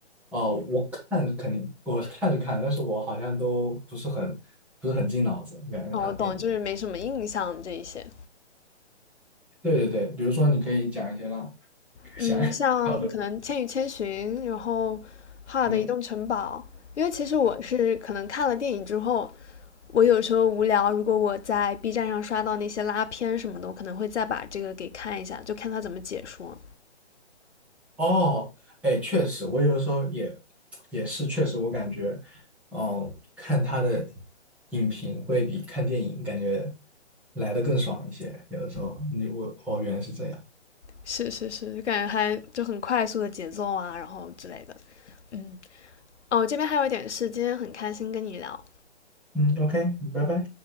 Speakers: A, in the centre; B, on the left.
A: 哦、我看肯定我看着看，但是我好像都不是很不是很进脑子，感觉他的电影。
B: 哦，我懂，就是没什么印象这一些。
A: 对对对，比如说你可以讲一些让
B: 嗯，
A: 想 <laughs> 一想的，
B: 像可能《千与千寻》，然后《哈尔的移动城堡》，
A: 嗯，
B: 因为其实我是可能看了电影之后，我有时候无聊，如果我在 B 站上刷到那些拉片什么的，我可能会再把这个给看一下，就看他怎么解说。
A: 哦，哎，确实，我有的时候也也是确实，我感觉，哦，看他的影评会比看电影感觉来的更爽一些。有的时候，你我哦，原来是这样。
B: 是是是，就感觉还就很快速的节奏啊，然后之类的。嗯。哦，这边还有一点是，今天很开心跟你聊，
A: 嗯，OK，拜拜。